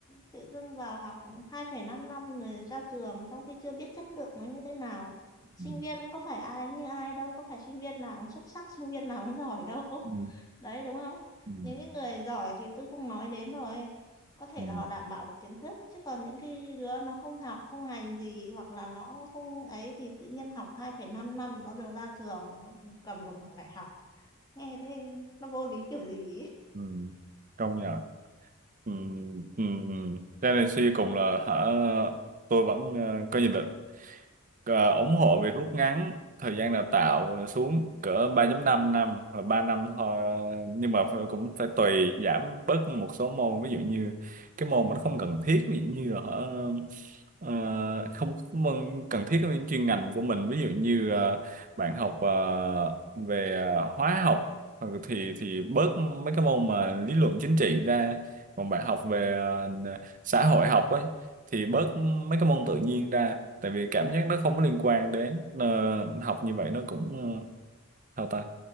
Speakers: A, on the left; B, on the right.
A: tự dưng vào học 2,5 năm năm mới ra trường trong khi chưa biết chất lượng nó như thế nào.
B: Ừ.
A: Sinh viên cũng có phải ai như ai đâu, có phải sinh viên nào cũng xuất sắc, sinh viên nào cũng giỏi đâu.
B: Ừ.
A: Đấy đúng không?
B: Ừ.
A: Những cái người giỏi thì tôi không nói đến rồi. Có thể
B: Ừ.
A: là họ đảm bảo được kiến thức, chứ còn những cái đứa nó không học, không hành gì hoặc là nó không ấy thì tự nhiên học hai phẩy năm năm nó được ra trường, nó cầm được bằng đại học nghe thế nó vô lý kiểu gì ấy.
B: Ừ. công nhận ừ. Ừ. ừ. cho nên suy cho cùng là hả tôi vẫn ờ, có nhìn được Ờ, ủng hộ việc rút ngắn thời gian đào tạo xuống cỡ ba 5 năm năm hoặc 3 năm thôi nhưng mà phải- cũng phải tùy giảm bớt một số môn ví dụ như cái môn mà nó không cần thiết ví dụ như là ờ, ờ, không có môn cần thiết với chuyên ngành của mình ví dụ như ờ, bạn học ờ, về ờ, hóa học ờ, thì thì bớt mấy cái môn mà lý luận chính trị ra còn bạn học về ờ, xã hội học ấy thì bớt mấy cái môn tự nhiên ra tại vì cảm giác nó không có liên quan đến ờ, học như vậy nó cũng ờ, sao ta